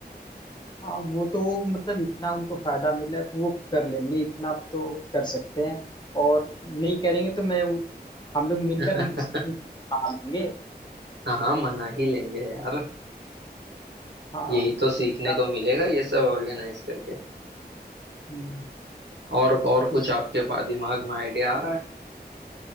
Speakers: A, on the left; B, on the right.
A: हाँ वो तो मतलब इतना उनको फायदा मिल रहा है तो वो कर लेंगे इतना तो कर सकते हैं और नहीं करेंगे तो मैं वो- हम लोग मिलकर
B: <laughs>
A: उस- पालेंगे
B: हाँ हाँ मना ही लेंगे यार
A: हाँ
B: यही तो सीखने
A: उसका
B: को मिलेगा ये सब ऑर्गेनाइज करके
A: हम्म,
B: और और कुछ
A: उस
B: आपके पा- दिमाग में आइडिया आ रहा है